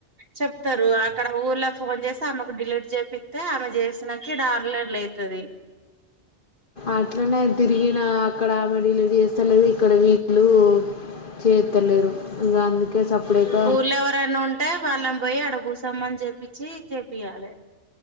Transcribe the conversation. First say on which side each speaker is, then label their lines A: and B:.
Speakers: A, on the right; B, on the left.
A: చెప్తారు. అక్కడ ఊర్ళ ఫోన్ చేసి ఆమెకు డిలీట్ చేపిస్తతే ఆమె చేసినట్లు ఇక్కడ ఆన్లైన్లో అయితది.
B: అట్లనే తిరిగిన అక్కడ ఆమే డిలీట్ చేస్తలేరు. ఇక్కడ వీళ్ళు చేస్తలేరు. ఇంకా అందుకే సప్పుడేక
A: ఊర్ల ఎవరైనా ఉంటే వాళ్ళం పోయి అడ కుసోమ్మని చెప్పించి చెప్ చెప్పియాలే.